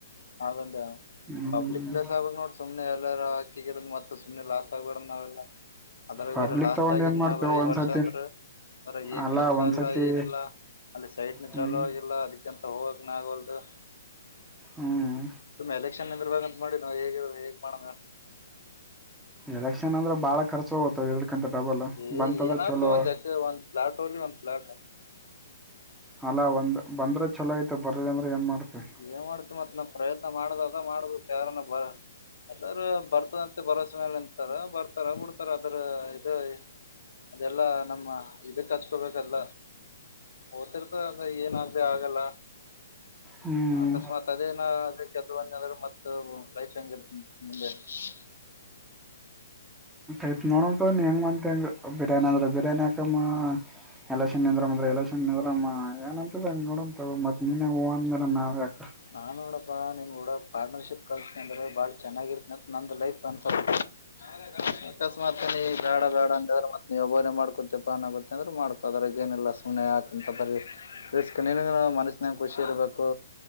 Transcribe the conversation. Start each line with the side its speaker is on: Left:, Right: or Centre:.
Left: ಅದೊಂದ
Centre: ಹ್ಮ್
Left: ಪಬ್ಲಿಕ್ ಪಲೇಸ್ ಆಗ್ಬೇಕಕ್ ನೋಡಿ ಸುನೆ ಎಲ್ಲಾರರಾಕ್ಕಿ ಮತ್ತ ಸು್ನೆ ಲಾಸ್ ಆಗ್ಬೇಡ ನಾವೆಲ್ಲ - ಅದ್ರ
Centre: ಪಬ್ಲಿಕ್
Left: ಬೇರ ಲಾಸ್
Centre: ತಗೊಂಡ್
Left: ದಾಗ
Centre: ಏನ್
Left: ಇನ್ನ
Centre: ಮಾಡ್ತೇವ
Left: ಬರೀ
Centre: ಒಂದ್ಸತಿ
Left: ವರ್ಷ ಚಂದ್ರರು ಅಂದ್ರ ಏನ್
Centre: ಅಲ್ಲ
Left: ಕೆಲ್ಸ
Centre: ಒಂದ್ಸತಿ
Left: ಇಲ್ಲ ಏನಿಲ್ಲ ಅಲ್ಲಿ ಸೈಟ್ನು
Centre: ಹ್ಮ್
Left: ಚಾಲೂ ಆಗಿಲ್ಲ ಅದಕಿಂತ ಹೋಗಕನ ಆಗಲ್ದು
Centre: ಹ್ಮ್
Left: ಸುಮ್ಮ್ ಎಲೆಕ್ಷನ್ಂದ್ರ ಬಂತ ಮಾಡಿ ನಾ ಹೇಗಿರದ ಹೇಗ್ ಮಾಡೋಣ
Centre: ಎಲೆಕ್ಷನ್ ಅಂದ್ರೆ ಬಾಳ ಖರ್ಚು ಹೋಗ್ತವೆ ಇದಕಂತ ಡಬಲ್
Left: ಏ
Centre: ಬಂತಂದ್ರೆ
Left: ಏನಾಯ್ತು
Centre: ಚಲೋ
Left: ಒಂದ್ ಎಕ <inaudible>
Centre: ಅಲ್ಲ ಒಂದು ಬಂದ್ರೆ ಚಲೋಯತೆ ಬರ್ರ ಅಂದ್ರೆ ಏನು ಮಾಡ್ತವೆ <unintelligible>
Left: ಏ ಮಾಡ್ತಿ ಮತ್ತತ್ ನಾ ಪ್ರಯತ್ನ ಮಾಡ್ದ ಅದ ಮಾಡ್ಬೇಕು ಯಾರನ್ನ ಬ <unintelligible> ಅದ್ರ ಬರ್ತದಂತೆ ಭರವಸೆ ಮೇಲೆ ನಿಂತಾರ ಬರ್ತಾರ ಬಿಡ್ತಾರ ಅದ್ರ ಇ <unintelligible> ಅದೆಲ್ಲಾ ನಮ್ಮ <unintelligible> ಇದಕ್ ಹಚ್ಕೊಬೇಕಲ್ಲ ಓದ್ತಿರ್ತ ಅಂದ ಏನ ಆಾಗದೆ ಆಗಲ್ಲ <unintelligible>
Centre: ಹ್ಮ್
Left: ಅಕಸ್ಮಾತ್ ಅದೇನ ಅದಕ್ಕೆತಂದಾದ್ರರು ಮತ್ತ ಲೈಫ್ ಹೆಂಗಗೆ ಮುಂದೆ <unintelligible>
Centre: ಆತ್ ನೋಡೋಂತ ನೀ ಹೆಂಗೆ ಬಂತ ಹೆಂ ಬಿರಿಯಾನಿ ಅಂದ್ರೆ ಬಿರಿಯಾನಿ ಯಾಕಮ್ಮ <unintelligible> ಎಲೆಕ್ಷನ್ ನಿಂದ್ರ ಅಂದ್ರೆ ಎಲೆಕ್ಷನ್ ನಿರಮ್ಮ ಏನಂತಿದೆಂಗ ನೋಡ ಮತ್ತೆ ನೀನ್ನೇ ಹೂವು ಅಂದ ಮೇಲೆ ನಾವು ಯಕ <unintelligible>
Left: ನಾನ್ ನೋಡಪ್ಪಾ ನಿನ್ ಕೂಡ ಪಾರ್ಟನರ್ಶಿಪ್ ಕಲ್ತೀನ ಅಂದ್ರೆ ಬಾಳ ಚೆನ್ನಾಗಿರ್ತ ನಂದ ಲೈಫ್ ಅನ್ಸ <unintelligible> ಅಕಸ್ಮಾತ್ ನೀ ಬೇಡ ಬೇಡ ಅಂದ್ರೆ ಮತ್ತತ್ ನೀವ ಒಬ್ಬರೇ ಮಾಡ್ಕೊತ್ತೆ ಪನ್ಗೊತ್ತೆ ಅಂದ್ರರು ಮಾಡ್ಕೊ ಅದರ ಏನೆಲ್ಲ ಸುಮ್ಮನೆ ಆಂತ ಬರಸ್ಕ ನ ಮನಸನ ಖುಷಿ ಇರಬೇಕು